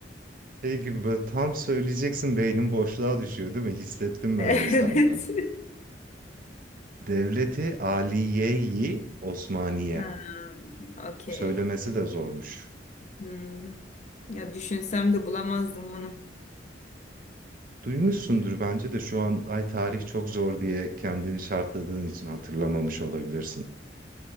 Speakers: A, on the right (about 50°); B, on the left (about 40°).
A: Şey gibi böyle tam söyleyeceksin beynin boşluğa düşüyor değil mi? Hissettim ben
B: <laughs> Evet.
A: onu senden. Devleti Aliye-i Osmaniye.
B: Ha, okey.
A: Söylemesi de zormuş.
B: Hmm. Ya düşünsem de bulamazdım bunu.
A: Duymuşsundur bence de şu an ay tarih çok zor diye kendini şartladığın için hatırlamamış olabilirsin.